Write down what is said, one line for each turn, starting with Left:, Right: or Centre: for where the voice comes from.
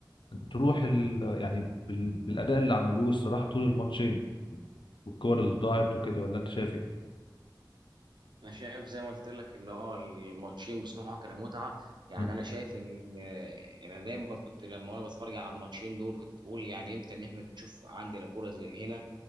Left: تروح ال يعني بال- بالاداء اللي عملوه الصراحه طول الماتشين والكور اللي ضاعت وكده ولا انت شايف ايه؟
Right: انا شايف زي ما قلت لك ان هو الماتشين بصراحه كانوا متعه يعني
Left: مم.
Right: انا شايف ان آه، انا دايما كنت لما وانا بتفرج على الماتشين دول كنت بقول يعني امتى ان احنا نشوف عندنا كوره زي هنا